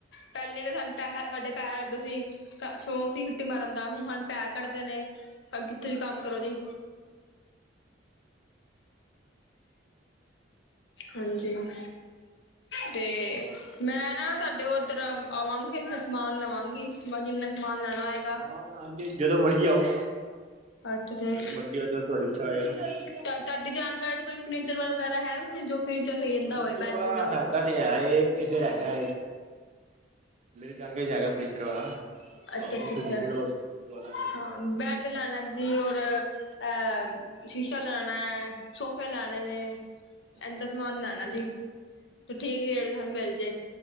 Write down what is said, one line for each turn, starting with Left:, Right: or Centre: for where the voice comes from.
Left: ਪਹਿਲੇ ਤਾਂ ਸਾਨੂੰ ਪੈਹ ਸਾਡੇ ਪੈਹ ਲਗਦੇ ਸੀ। ਤਾਂ ਸ਼ੌਂਕ ਸੀ। ਛੁੱਟੀ ਮਾਰਨ ਦਾ। ਹੁਣ ਸਾਡੇ ਪੈਸੇ ਕੱਟਦੇ ਨੇ। ਅ ਕਿਥੇ ਵੀ ਕੰਮ ਕਰੋ ਗੇ ਹਾਂਜੀ ਅ। ਤੇ, ਮੈਂ ਨਾ ਤੁਹਾਡੇ ਉੱਧਰ ਅਮ ਆਵਾਂਗੀ। ਫੇਰ ਸਮਾਨ ਲਵਾਂਗੀ ਬਸ ਜਿੰਨਾ ਸਮਾਨ ਲੈਣਾ ਹੋਏਗਾ।
Right: ਹਾਂ ਹਾਂਜੀ ਜਦੋਂ ਮਰਜ਼ੀ ਆਓ
Left: ਅੱਛਾ ਜੀ,
Right: ਜਦੋਂ ਮਰਜ਼ੀ ਆਓ ਜਦੋਂ ਤੁਹਾਡੀ ਇੱਛਾ ਹੋਏ
Left: ਤਦ ਤੁਹਾਡੀ, ਜਾਣਕਾਰੀ ਚ ਕੋਈ ਫਰਨੀਰ ਵਾਲਾ ਵਗੈਰਾ ਹੈ, ਜੋ ਫਰਨੀਚਰ ਸਹੀ ਦਿੰਦਾ
Right: ਫਰਨੀਚਰ
Left: ਹੋਵੇ ਬੈਡ-ਬੁੱਡ
Right: ਵਾਲਾ ਹੈਗਾ ਤੇ ਹੈ ਇੱਧਰ ਹੈਗਾ ਏ। ਮੇਰੀ ਜਾਣਕਾਰੀ ਚ ਹੈਗਾ ਫਰਨੀਚਰ ਵਾਲਾ।
Left: ਅੱਛਾ
Right: ਤੁਹਾਨੂੰ
Left: ਅੱਛਾ
Right: ਮੁਫ਼ਤ
Left: ਅੱਛਾ
Right: ਦਵਾਦਾ ਗੇ।
Left: ਹਾਂ ਬੈਡ ਲੈਣਾ ਜੀ। ਔਰ ਅਹ ਸ਼ੀਸ਼ਾ ਲਾਣਾ ਐ। ਸੋਫੇ ਲਾਣੇ ਨੇ
Right: ਅੱਛਾ
Left: ਏਜ
Right: ਅੱਛਾ
Left: ਸਮਾਨ ਲੈਣਾ ਜੀ। ਤੇ ਠੀਕ ਰੇਟ ਸਾਨੂੰ ਮਿਲ ਜੇ,